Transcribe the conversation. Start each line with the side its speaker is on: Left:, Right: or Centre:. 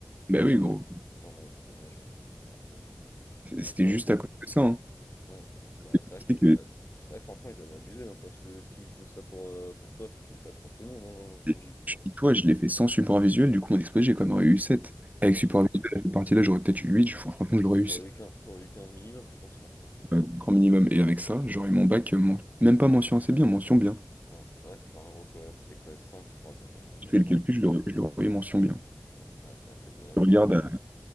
Left: euh,
Right: Bah
Left: la
Right: oui,
Left: fin
Right: gros,
Left: Ouais, ouais, c'est vrai, je me, je me rappelle.
Right: c'était
Left: Non,
Right: juste à cause de ça. hein.
Left: non. Bah,
Right: Et tu
Left: c'est vrai qu'ils
Right: sais que-
Left: avaient, ab- c'est vrai que franchement, ils avaient abusé, hein, parce que s'ils font ça pour, euh, pour toi, il faut qu'ils le fassent pour tout le monde, hein,
Right: et
Left: logiquement.
Right: je dis, Toi, je l'ai fait sans support visuel, du coup, mon exposé, j'ai quand même eu 7.
Left: Hum,
Right: Avec support
Left: ça-
Right: visuel, à cette partie-là, j'aurais peut-être eu 8. je- franchement,
Left: Oui,
Right: j'aurais
Left: t'aurais
Right: eu 7.
Left: eu 15, t'aurais eu 15 minimum, je pense, franchement.
Right: euh, grand minimum. Et avec ça, j'aurais mon bac, euh, mon- même pas mention assez bien, mention bien.
Left: Hum, c'est vrai que c'était un gros coef, c'était coef 5, je crois, quelque chose comme
Right: Je fais
Left: ça.
Right: le calcul,
Left: hein.
Right: je l'aurais je l'aurais mention bien.
Left: Hum, ouais, c'est vrai que c'est dommage.
Right: Je regarde,
Left: Ouais, ouais.
Right: à-